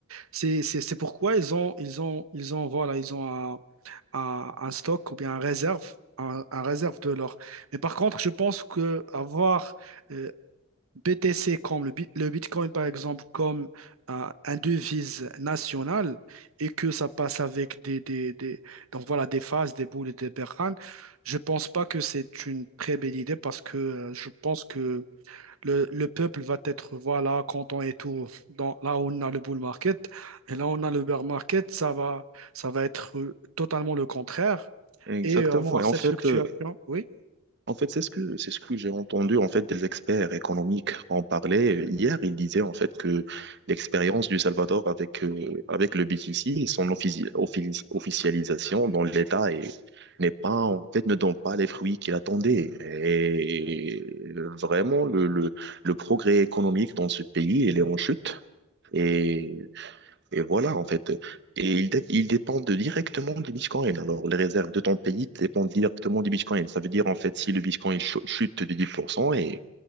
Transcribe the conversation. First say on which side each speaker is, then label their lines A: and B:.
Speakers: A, on the right (about 85°); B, on the right (about 55°).
A: c'est- c'est- c'est pourquoi ils ont, ils ont, ils ont, voilà, ils ont un, un- un stock ou bien un réserve, un, un réserve de l'or. Mais par contre, je pense que avoir euh, BTC comme le, bit- le Bitcoin, par exemple, comme euh, un devise nationale et que ça passe avec des, des, des- donc voilà, des phases, des boules et des berranes, je pense pas que c'est une très belle idée parce que euh, je pense que le, le peuple va être voilà, content et tout. Dans, là où on a le bull market et là où on a le bear market, ça va, ça va être euh, totalement le contraire
B: exactement.
A: et euh, avoir
B: Et en
A: cette
B: fait,
A: fluctuation.
B: euh,
A: Oui,
B: En fait, c'est ce que c'est ce que j'ai entendu en fait des experts économiques en parler hier. Ils disaient en fait que l'expérience du Salvador avec euh, avec le BTC et son offici- offici- officialisation dans l'État est- n'est pas en fait ne donne pas les fruits qu'il attendait. Et vraiment le, le le progrès économique dans ce pays il est en chute. Et et voilà, en fait. Et ils, dé- ils dépendent directement du Bitcoin. Alors, les réserves de ton pays dépendent directement du Bitcoin. Ça veut dire, en fait, si le Bitcoin ch- chute de 10% et,